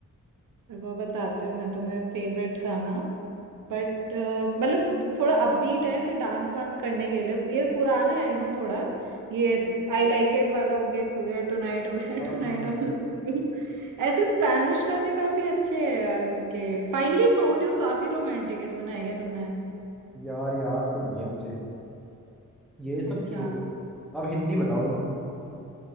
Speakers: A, on the right; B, in the centre.
A: मेरे को बताती हूँ मैं तुम्हें फेवरेट गाना बट मतलब थोड़ा अपबीट है ऐसे डांस वांस करने के लिए ये पुराना है आई नो थोड़ा ये आई लाइक इट वाला हो गया एक हो गया टुनाइट हो गया <laughs>
B: हाँ
A: टुनाइट
B: हाँ हाँ।
A: आई लव यू ऐसे स्पैनिश गाने काफी अच्छे हैं यार इसके फाइनली फाउंड यू काफी रोमांटिक है सुना है क्या तुमने
B: यार याद तो नहीं है मुझे ये सब
A: अच्छा
B: छोड़ अब हिंदी बताओ तुम